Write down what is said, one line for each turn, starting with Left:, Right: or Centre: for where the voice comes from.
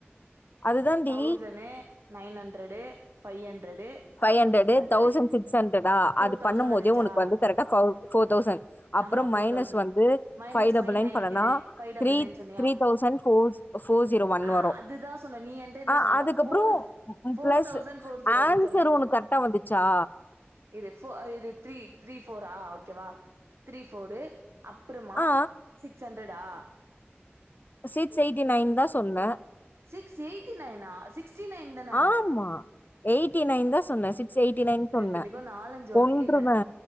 Left: அதுதான்டி
Right: thousand nine hundred five hundred
Left: five
Right: thousand
Left: hundred
Right: six hundred
Left: thousand six ஹண்ட்ரடா
Right: ஃபோர்
Left: அது
Right: தௌசண்ட்
Left: பண்ணும் போதே
Right: வந்துச்சா
Left: உனக்கு வந்து கரெக்ட் பௌ ஃபோர் தௌசண்ட் அப்புறம்
Right: ஆமா ஃபோர்
Left: மைனஸ்
Right: தௌசண்ட்
Left: வந்து
Right: minus
Left: five double
Right: five
Left: nine
Right: ninety
Left: பண்ணன்னா
Right: ஃபைவ் டபுள்
Left: த்ரீ
Right: நைன் சொன்னியா
Left: three thousand four four zero one
Right: ஆ
Left: வரு
Right: அதுதா சொன்ன நீ என்ட்ட என்ன
Left: அ
Right: சொன்ன
Left: அதுக்கு
Right: four
Left: அப்புறோ
Right: four
Left: plus
Right: thousand four zero
Left: ஆன்சர்
Right: one சொன்ன
Left: உனக் கரெக்டா வந்துச்சா
Right: இரு ஃபோ இது த்ரீ த்ரீ போஃபுரா ஓகேவா த்ரீ போஃபரு அப்புறமா
Left: ஆ
Right: சிக்ஸ் ஹண்ரேட்டா
Left: சீட்ஸ் எயிட்டி நைன் தா சொன்னே
Right: சிக்ஸ் எயிட்டி நைனா சிக்ஸ்டி நைன் தானே
Left: ஆமா எயிட்டி நைன் தா சொன்னே சிக்ஸ் எயிட்டி நைன்
Right: நா
Left: சொன்னே
Right: இத்தனைக்கு நாலஞ்சு
Left: கொன்றுவே
Right: வாட்டி கேட்டே